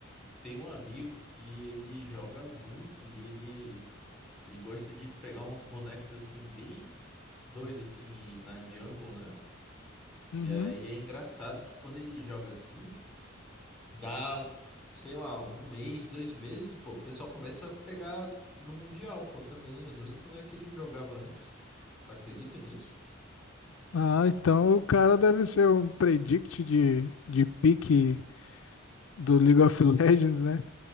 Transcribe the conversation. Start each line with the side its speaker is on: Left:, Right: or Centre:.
Centre: tem um amigo que ele joga muito e ele. Ele gosta de pegar uns bonecos assim, bem doidos, assim, na jungle, né? E
Left: Uhum.
Centre: aí é engraçado que quando ele joga assim, dá, sei lá, um mês, dois meses, pô, o pessoal começa a pegar no Mundial, pô, também, os mesmos bonecos que ele jogava antes. Tu acredita nisso?
Left: Ah, então o cara deve ser um predict de, de pique do League of Legends, né?